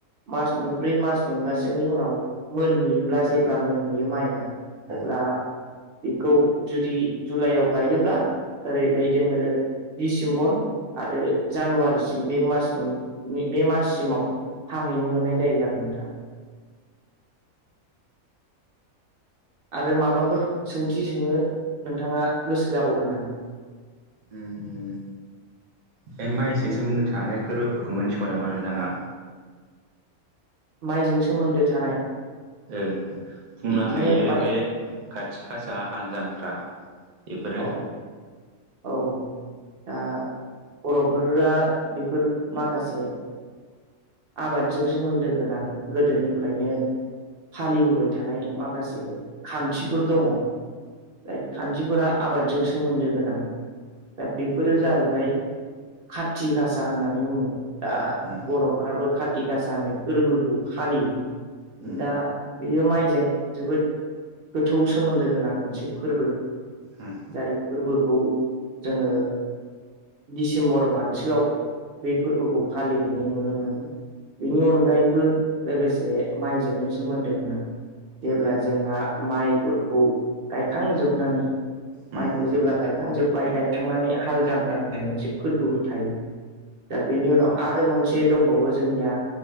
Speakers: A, on the right (about 50°); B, on the right (about 75°).
A: मास मोनब्रै मास मोनबासोनि उनाव मोनहैयोब्ला जेब्ला मोनहैयो माइआ
B: उम
A: अब्ला बेखौ जुदि जुलाइयाव गायोब्ला ओरैजाय जोङो डिसेम्बर आरो जानुवारिसिम बे मास मोन बे माससिमाव हाहैनो मोननाय जायो आरो नोंथां। आरो माबाफोर सोंथि सोंनो नोंथाङा गोसो जाबावदों नामा।
B: उम बे माइसो सोमोन्दो थानाय फोरबोफोरखौ मिथिगौ नामा नोंथाङा।
A: माइजों सोमोन्दो थानाय
B: ओं बुंनो
A: बिदिनो
B: हायो
A: माइ
B: बे खाथि खासा हाल जांख्रा बेफोरो
A: औ-औ दा बर'फोरा बेफोर माखासे आबादजों सोमोन्दो गोनां गोदोनिफ्रायनो फालिबोबाय थानाय माखासे खान्थिफोर दङ। जाय खान्थिफोरा आबादजों सोमोन्दो गोनां दा बेफोरो
B: उम
A: जाहैबाय खाथथि गासा होननानै बुङो। दा
B: उम
A: बर'फोराबो खाथि गासा होननाय फोरबोखौ फालियो।
B: उम
A: दा बियो माइजों जोबोद गोथौ सोमोन्दो गोनां मोनसे फोरबो।
B: उम
A: जाय फोरबोखौ जोङो डिसेम्बर मानसोआव बे फोरबोखौ फालिहैनाय नुनो मोनो। बेनि अनगायैबो लोगोसे माइजोंनो सोमोन्दो गोनां जेब्ला जोंहा माइफोरखौ गायखांजोबनानै
B: उम
A: माइखौ
B: उम
A: जेब्ला गायखांजोबबाय गायखांनानै हाल जांख्रा होननाय मोनसे फोरबोबो थायो। दा बेनि उनाव आरो मोनसे दंबावो जोंनिया